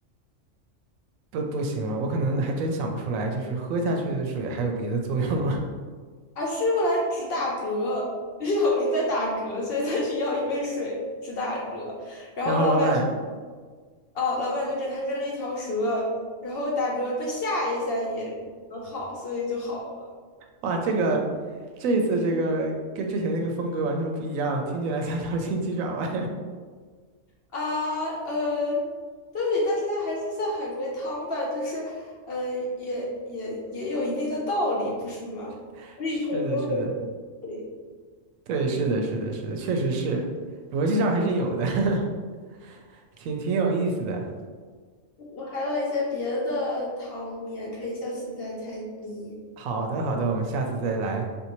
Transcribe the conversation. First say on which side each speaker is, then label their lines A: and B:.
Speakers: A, on the right; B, on the left.
A: 不不行了，我可能还真想不出来，就是喝下去的水还有别的作用了。
B: <laughs>，而是用来止打嗝。<laughs> 小明在打嗝，所以他去要一杯水止打嗝，
A: <laughs>
B: 然后老板就
A: 然后老板，
B: 哦，老板就给他扔了一条蛇，然后打嗝被吓一下也能好，所以就好了。
A: 哇，这个这一次这个跟之前那个风格完全不一样，听起来像脑筋急转弯。
B: 啊，呃，对，但是它还是算海龟汤吧，就是呃，也也也有一定的道理，不是吗？
A: <laughs>
B: 里头都有道理。
A: 是的，是的，对，是的，是的，是的，确实是，逻辑上还是有的。<laughs> 挺挺有意思的。
B: 我还有一些别的汤面，可以下次再猜谜。
A: 好的，好的，我们下次再来。